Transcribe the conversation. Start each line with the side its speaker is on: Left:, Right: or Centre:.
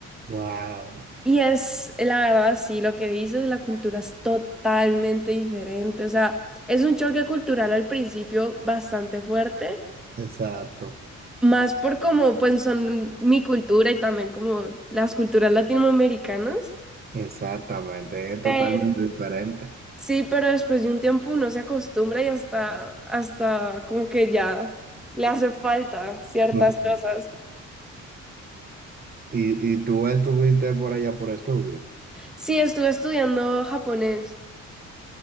Right: Wow,
Centre: Y es, la verdad, sí, lo que dices, la cultura es totalmente diferente. O sea, es un choque cultural al principio bastante fuerte,
Right: exacto,
Centre: más por como pues son mi cultura y también como las culturas latinoamericanas.
Right: exactamente, es
Centre: Pero
Right: totalmente diferente.
Centre: sí, pero después de un tiempo uno se acostumbra y hasta, hasta como que ya le hace falta ciertas
Right: <laughs> Ujú.
Centre: cosas.
Right: ¿Y, y tú estuviste por allá por estudio?
Centre: Sí, estuve estudiando japonés.